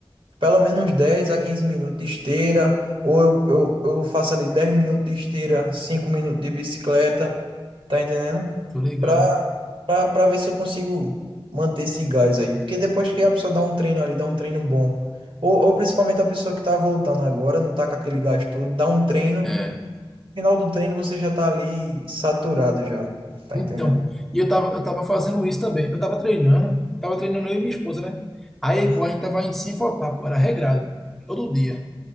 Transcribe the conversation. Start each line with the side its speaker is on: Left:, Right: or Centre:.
Right: pelo menos 10 a 15 minutos de esteira, ou eu, eu, eu faço ali 10 minutos de esteira, 5 minutos de bicicleta, tá entendendo?
Centre: tô ligado.
Right: Pra, pra, pra ver se eu consigo manter esse gás aí. Porque depois que a pessoa dá um treino ali, dá um treino bom, ou, ou principalmente a pessoa que tá voltando agora, não tá com aquele gás todo, dá um treino,
Centre: É.
Right: no final do treino você já tá ali saturado já, tá
Centre: Então,
Right: entendendo?
Centre: e eu tava, eu tava fazendo isso também. Eu tava treinando, tava treinando eu e minha esposa, né? Aí,
Right: Uhum.
Centre: pô, a gente tava indo sem faltar, pô, era regrado. Todo dia.